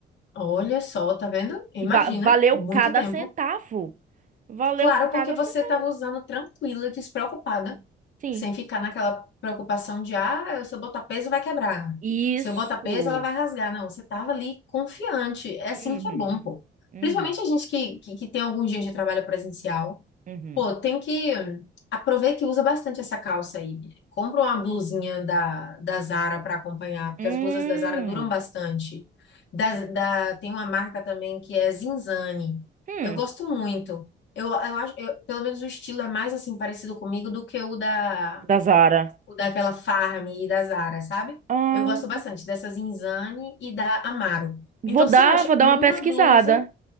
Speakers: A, on the left; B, on the right.
A: olha só, tá vendo? Imagina,
B: E va- valeu
A: muito
B: cada
A: tempo.
B: centavo. Valeu
A: Claro,
B: cada
A: porque você
B: centavo.
A: estava usando tranquila, despreocupada,
B: Sim.
A: sem ficar naquela preocupação de, ah, se eu botar peso vai quebrar.
B: Isso.
A: Se eu botar peso ela vai rasgar. Não, você estava ali confiante. É assim
B: Uhum.
A: que é bom, pô.
B: Uhum.
A: Principalmente a gente que, que, que tem alguns dias de trabalho presencial.
B: Uhum.
A: Pô, tem que. Aproveita que usa bastante essa calça aí. Compra uma blusinha da, da Zara para acompanhar, porque
B: Hum.
A: as blusas da Zara duram bastante. Da, da- tem uma marca também que é Zinzane.
B: Hum.
A: Eu gosto muito. Eu, eu acho, eu- pelo menos o estilo é mais assim parecido comigo do que o da
B: Da Zara.
A: o daquela Farm e da Zara, sabe?
B: Ah.
A: Eu gosto bastante dessa Zinzane e da Amaro.
B: Vou
A: Então você
B: dar,
A: acha
B: vou dar
A: uma
B: uma pesquisada.
A: blusa